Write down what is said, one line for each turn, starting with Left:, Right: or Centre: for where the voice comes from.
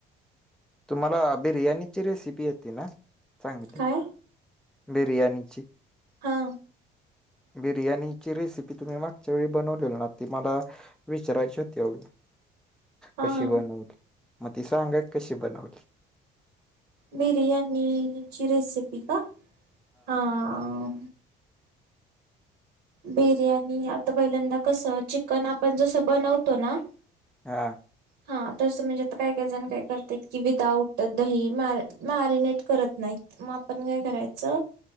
Centre: तुम्हाला बिर्याणीची रेसिपी येते ना चांगली
Right: काय
Centre: बिरयाणीची
Right: हा
Centre: बिर्याणीची रेसिपी की तुम्ही मागच्या वेळी बनवलेल ना ती मला विचारायची होती ह
Right: हा
Centre: कशी
Right: हा
Centre: बनवली
Right: ह
Centre: मग ती सांगा कशी बनवली
Right: बिर्याणीची रेसिप का हां बिर्याणी आता पहिल्यांदा कसं चिकन आपण जसं बनवतो ना
Centre: हा
Right: हा तसं म्हणजे आता काय काही जण काय करत की विदाउट दही म मॅरिनेट करत नाहीत मग आपण काय करायचं